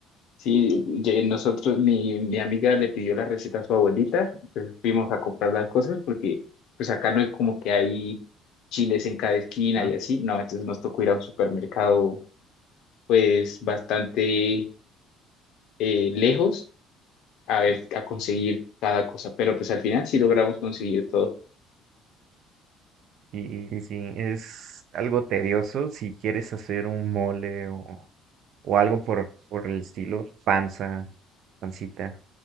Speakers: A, on the left (about 70°); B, on the right (about 65°).
A: sí. ye- Nosotros, mi, mi amiga le pidió la receta a su abuelita, entonces fuimos a comprar las cosas porque pues acá no es como que hay chiles en cada esquina
B: ¿no?
A: y así, no, entonces nos tocó ir a un supermercado pues bastante eh, lejos a ver, a conseguir cada cosa, pero pues al final sí logramos conseguir todo.
B: Y, y sí, es algo tedioso si quieres hacer un mole o, o algo por, por el estilo, panza, pancita.